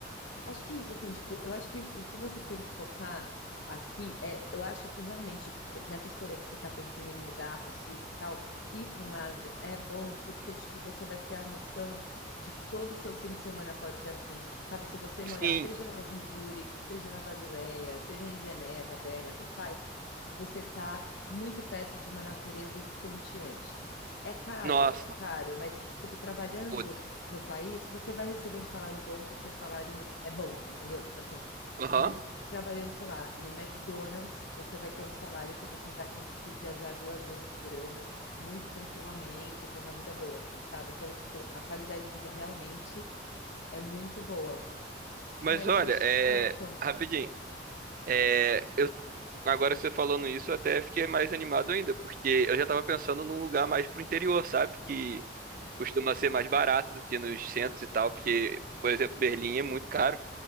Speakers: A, on the left; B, on the right.
A: Acho que isso, assim, tipo, eu acho que o que você tem que focar aqui é, eu acho que realmente eh, nessa escolha que você está pensando em mudar para a Suíça e tal, ir para um lago é bom porque, tipo, você vai ter a noção de que todo o seu fim de semana pode ser assim, sabe? Se você morar,
B: Sim.
A: seja em Zurique, seja na Basileia, seja em Geneva, Berna, tudo faz, você está muito perto de uma natureza estonteante. É caro,
B: Nossa,
A: é caro, mas, tipo, trabalhando
B: putz.
A: no país, você vai receber um salário bom porque o salário é bom, entendeu? Tipo assim,
B: Aham.
A: mesmo trabalhando, sei lá, no McDonald's, você vai ter um salário que você vai conseguir viajar duas vezes por ano muito tranquilamente, ter uma vida boa, assim, sabe? Então, tipo, a qualidade de vida realmente é muito boa.
B: Mas
A: Mas
B: olha,
A: acho.
B: é.
A: Ah, conta.
B: Rapidinho. É, eu, agora você falando isso, eu até fiquei mais animado ainda, porque eu já tava pensando num lugar mais pro interior, sabe? Que costuma ser mais barato do que nos centros e tal, porque, por exemplo, Berlim é muito caro,